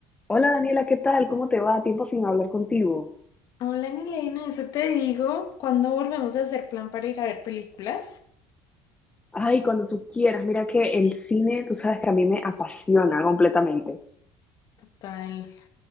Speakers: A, on the left; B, on the left.
A: Hola Daniela, ¿qué tal? ¿Cómo te va? Tiempo sin hablar contigo.
B: Hola, Nilena, eso te digo. ¿Cuándo volvemos a hacer plan para ir a ver películas?
A: Ay, cuando tú quieras, mira que el cine, tú sabes que a mí me apasiona completamente.
B: Tal.